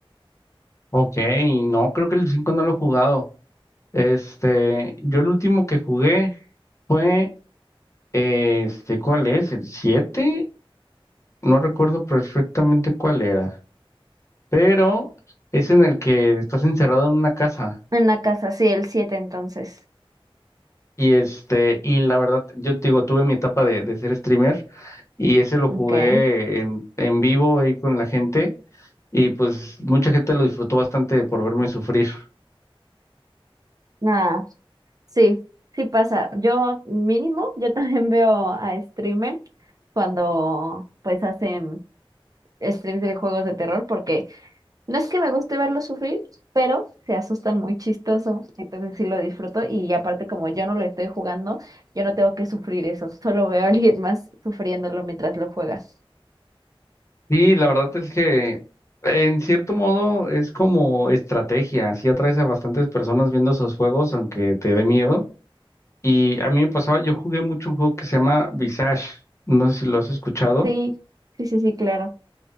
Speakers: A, on the left; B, on the right.
A: Ok, no, creo que el 5 no lo he jugado. Este, yo el último que jugué... Fue, eh, este, ¿cuál es? ¿El siete No recuerdo perfectamente cuál era, pero es en el que estás encerrado en una casa.
B: En la casa, sí, el siete entonces.
A: Y este, y la verdad, yo te digo, tuve mi etapa de, de ser streamer y ese lo jugué
B: Ok.
A: en, en vivo ahí con la gente y pues mucha gente lo disfrutó bastante por verme sufrir.
B: Nada, sí, sí pasa. Yo mínimo, yo también veo a streamers cuando pues hacen streams de juegos de terror porque No es que me guste verlos sufrir, pero se asustan muy chistoso, entonces sí lo disfruto y aparte como yo no lo estoy jugando, yo no tengo que sufrir eso, solo veo a alguien más sufriéndolo mientras lo juega.
A: Y la verdad es que en cierto modo es como estrategia, sí atraes a bastantes personas viendo esos juegos, aunque te dé miedo. Y a mí me pasaba, yo jugué mucho un juego que se llama Visage, no sé si lo has escuchado.
B: Sí, sí, sí, sí, claro.